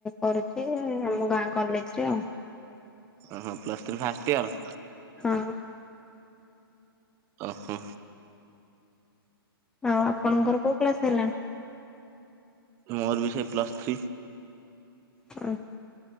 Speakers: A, in the centre; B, on the right (about 20°).
A: କରୁଛି ଆମ ଗାଁ କଲେଜରେ ଆଉ।
B: ଓହୋ ପ୍ଲସ ଥ୍ରୀ ଫାଷ୍ଟ ଇୟର?
A: ହଁ
B: ଓ ହୋ।
A: ଆଉ ଆପଣଙ୍କର କୋଉ କ୍ଲାସ ହେଲା?
B: ମୋର ବି ସେଇ ପ୍ଲସ୍ ଥ୍ରୀ।
A: ଓହୋଃ।